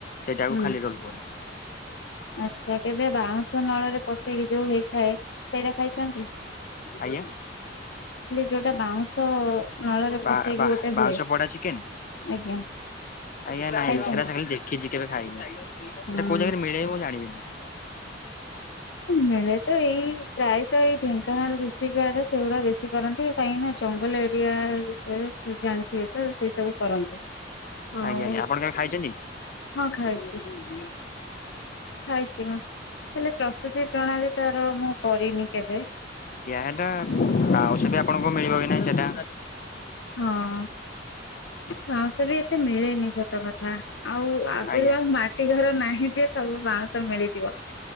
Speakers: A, on the left; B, on the left.
A: ସେଇଟାକୁ
B: ହୁଁ
A: ଖାଲି ରୋଲ କୁହନ୍ତି।
B: ଆଚ୍ଛା କେବେ ବାଉଁଶ ନଳରେ ପଶେଇକି ଯୋଉ ହେଇଥାଏ ସେଇଟା ଖାଇଚନ୍ତି?
A: ଆଜ୍ଞା।
B: ଯୋଉଟା ବାଉଁଶ ନଳରେ
A: ବା-ବାହା
B: ପଶେଇକି ଗୋଟେ
A: ବାଉଁଶ
B: ହୁଏ
A: ପୋଡା ଚିକେନ।
B: ଆଜ୍ଞା
A: ଆଜ୍ଞା ନାଇଁ
B: ଖାଇଛନ୍ତି?
A: ସେରା ସେ ଖାଲି ଦେଖିଚି କେବେ ଖାଇନି। ହେଟା
B: ହୁଁ
A: କୋଉ ଜା ମିଳେ ମୁଁ ଜଣିବିନି।
B: ମିଳେ ତ ଏଇ ପ୍ରାୟତ ଏଇ ଢେଙ୍କାନାଳ ଡିଷ୍ଟ୍ରିକ ଆଡେ ସେଗୁଡା ବେଶୀ କରନ୍ତି। କାହିଁକି ନା ଜଙ୍ଗଲ ଏରିଆ ବିଷୟରେ ସେ ଜାଣିଥିବେ ତ ସେଇ ସବୁ କରନ୍ତି। ଆଉ
A: ଆଜ୍ଞା ଆଜ୍ଞ ଆପଣ କେବେ ଖାଇଚନ୍ତି? ଆଜ୍ଞା।
B: ହଁ ଖାଇଛି
A: ମୁଁ ଜାଣି ଆଜ୍ଞା
B: ଖାଇଛି ମୁଁ ହେଲେ ପ୍ରସ୍ତୁତି ପ୍ରଣାଳୀ ତାର ମୁଁ କରିନି କେବେ
A: ହେଟା
B: ହୁଁ।
A: ଆଉ ସେଠି ଆପ ଣଙ୍କୁ ମିଳିବ କି ନାଇଁ ସେଟା।
B: ହଁ ବାଉଁସରେ ଏତେ ମିଳେନି ସ ତ କଥା ଆଉ ଆଗରୁ
A: ଆଜ୍ଞା ଆଜ୍ଞା
B: ଆଉ ମାଟି ଘର ନାହିଁ ଯେ ସବୁ ବାଉଁଶ ମିଳିଯିବ।